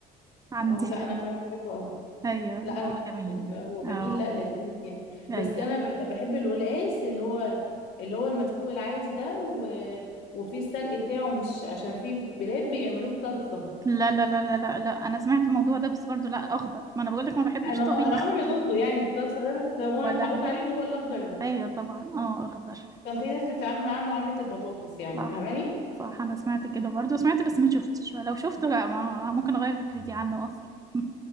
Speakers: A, on the right; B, on the left.
A: عندي
B: اه لا انا كمان بحبه أوي
A: ايوه هو
B: لا انا بحبه.
A: جميل
B: بيبقى هو جميل
A: اه
B: لا لذيذ يعني
A: ايوه
B: بس انا ب- بحب القلقاس اللي هو اللي هو المسلوق العادي ده و... وفيه السلق بتاعه مش عشان في بلاد بيعملوه بصلصه
A: لا لا لا لا لا لا انا سمعت الموضوع ده بس برضو لا اخضر ما انا بقول لك ما بحبش
B: انا
A: طبيخ
B: انا عمري ما دوقته يعني بالصلصه ده بس
A: <laughs>
B: هو
A: ولا
B: انا متعوده
A: انا
B: عليه اللي هو الاخضر ده
A: ايوه طبعا اه اخضر
B: كان في ناس بتتعامل معاه معامله البطاطس يعني
A: صح
B: فاهماني
A: صح انا سمعت كده برضه سمعت بس ما شفتش ولو شفته لا ما ممكن اغير فكرتي عنه اصلا <laughs>